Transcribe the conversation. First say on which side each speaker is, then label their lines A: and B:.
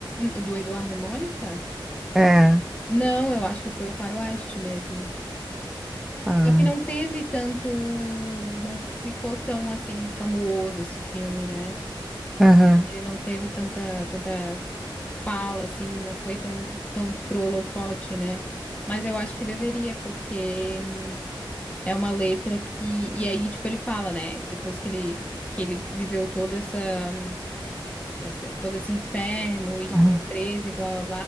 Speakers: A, on the left (about 15°); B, in the centre.
A: o do Eduardo e Mônica?
B: É.
A: Não, eu acho que foi o Faroeste mesmo.
B: Ah,
A: Só que não teve tanto, não ficou tão assim famoso esse filme, né?
B: aham,
A: Ele não teve tanta tanta fala assim, não foi tão tanto pro holofote, né? Mas eu acho que deveria, porque É uma letra que. E aí, tipo, ele fala, né? Depois que ele, que ele viveu toda essa, essa, todo esse inferno e
B: aham,
A: vai preso e blá blá